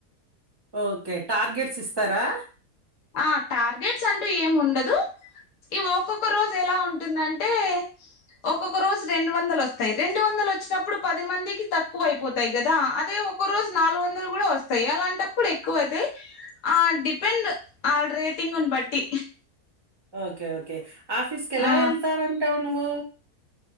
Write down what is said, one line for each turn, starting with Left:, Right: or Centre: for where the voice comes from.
Right: ఓకే టార్గెట్స్ ఇస్తారా
Left: ఆ టార్గెట్స్ అంటూ ఏమ్ ఉండదు ఇ ఒక్కొక్క రోజు ఎలా ఉంటుందంటే ఒక్కొక్క రోజు రెండ వందలొస్తాయ్ రెండు వందలొచ్చినప్పుడు పది మందికి తక్కువైపోతాయ్ గదా అదే ఒ ఒక్కో రోజు నాలుగు వందలు గూడా వస్తాయ్ అలాంటప్పుడు ఎక్కువ అయితే ఆ డిపెండ్ ఆల్ రేటింగున్ బట్టి
Right: ఓకే ఓకే ఆఫీస్ కెలా
Left: ఆ
Right: ఎల్తాంరంటావు నువ్వు